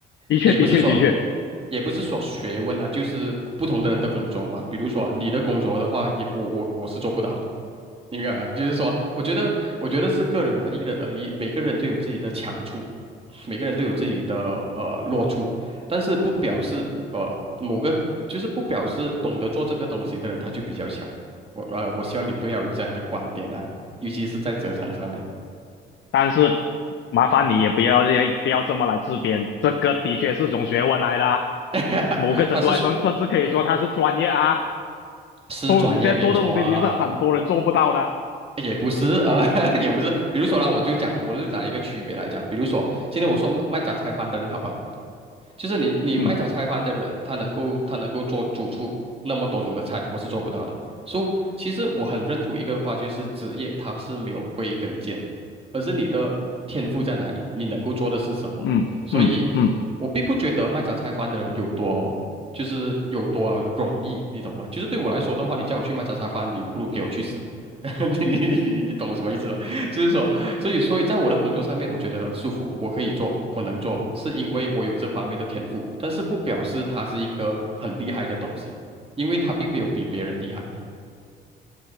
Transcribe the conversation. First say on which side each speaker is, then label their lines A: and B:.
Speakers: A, on the left (about 70°); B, on the right (about 30°).
A: 的确的确的确。
B: 也不是说，也不是说学问啊，就是不同的人的工作嘛。比如说你的工作的话，也我我我是做不到的。你明白吗？就是说，我觉得，我觉得是个人啊，因人而异，每个人都有自己的强处，每个人都有自己的呃弱处，但是不表示呃某个就是不表示懂得做这个东西的人他就比较强。我呃，我希望你不要有这样的观点啊，尤其是在职场上面，
A: 但是麻烦你也不要也不要这么来自编，这个的确是种学问来的啊
B: <laughs>
A: 某个程度来说，
B: 他是
A: 甚至可以说它是专业啊。
B: 是专业没错啊。
A: 哦，你现在做的东西，你是很多人做不到的。
B: 也不是啊，<laughs> 也不是。比如说啦，我就讲，我就讲一个区别来讲。比如说，今天我说卖杂菜饭的人好不好？就是你你卖炒菜饭的人，
A: 嗯
B: 他能够他能够做煮出那么多种的菜，我是做不到的。所以其实我很认同一个话，就是职业它是没有归跟键，而是你的天赋在哪里，你能够做的是什么。
A: 嗯嗯嗯，
B: 所以我并不觉得卖炒菜饭的人有多。就是有多容易，你懂吗？就是对我来说的话，你叫我去卖茶茶饭，你不如给我去死。<laughs> 你你你你你懂我什么意思吗？<laughs> 就是说，所以，所以在我的工作上面，我觉得舒服，我可以做，我能做，是因为我有这方面的天赋，但是不表示它是一个很厉害的东西，因为它并没有比别人厉害，